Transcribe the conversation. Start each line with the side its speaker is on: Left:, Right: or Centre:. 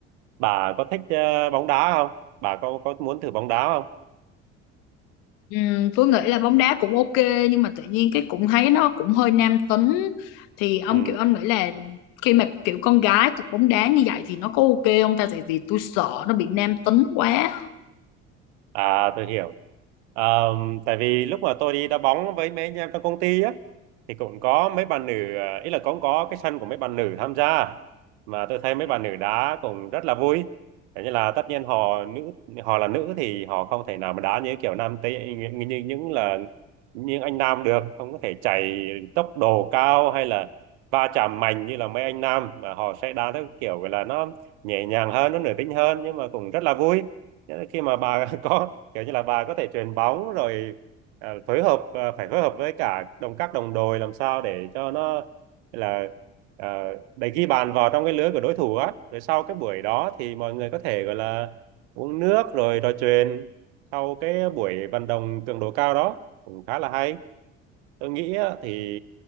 Right: Bà có thích ờ, bóng đá không? Bà có có muốn thử bóng đá không?
Left: Ừm, Phương nghĩ là bóng đá cũng ok nhưng mà tự nhiên cái cũng thấy nó cũng hơi nam tính thì ông
Right: Ừ.
Left: kiểu ông nghĩ là khi mà kiểu con gái tập bóng đá như vậy thì nó có ok không ta tại vì tôi sợ nó bị nam tính quá
Right: À tôi hiểu. Ờm, tại vì lúc mà tôi đi đá bóng với mấy anh em trong công ty á thì cũng có mấy bạn nữ à, ý là cũng có cái sân của mấy bạn nữ tham gia mà tôi thấy mấy bạn nữ đá cũng rất là vui. Thế như là tất nhiên họ nữ họ là nữ thì họ không thể nào mà đá như kiểu nam tây như, như những là những anh nam được, không có thể chạy tốc độ cao hay là va chạm mạnh như là mấy anh nam mà họ sẽ đá theo kiểu gọi là nó nhẹ nhàng hơn, nó nữ tính hơn nhưng mà cũng rất là vui Nghĩa là khi mà bà <laughs> có kiểu như là bà có thể chuyền bóng rồi à, phối hợp à, phải phối hợp với cả đồng các đồng đội làm sao để cho nó là à, để ghi bàn vào trong cái lưới của đối thủ á rồi sau cái buổi đó thì mọi người có thể gọi là uống nước rồi trò chuyện sau cái buổi vận động cường độ cao đó cũng khá là hay tôi nghĩ á, thì